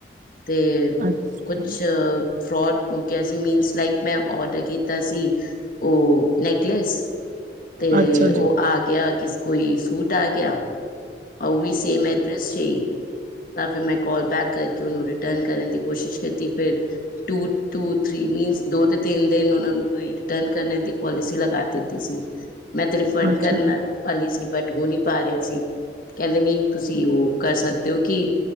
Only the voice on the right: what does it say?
ਅੱਛਾ
ਜੀ
ਅੱਛਾ ਜੀ
ਅੱਛਾ
ਜੀ